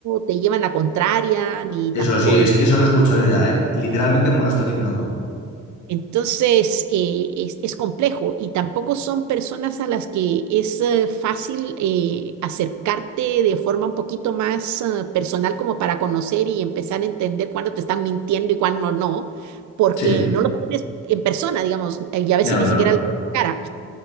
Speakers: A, on the right; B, on the left.
A: te llevan la contraria ni
B: Eso
A: tampoco
B: sí, es que eso lo he escuchado yo ya, ¿eh? Literalmente como lo estás diciendo tú.
A: Entonces, eh, es, es complejo y tampoco son personas a las que es eh, fácil eh, acercarte de forma un poquito más eh, personal como para conocer y empezar a entender cuándo te están mintiendo y cuándo no, porque
B: Sí,
A: no lo tienes en persona, digamos, eh, y a veces
B: ya,
A: ni
B: claro.
A: sicara le ves la cara.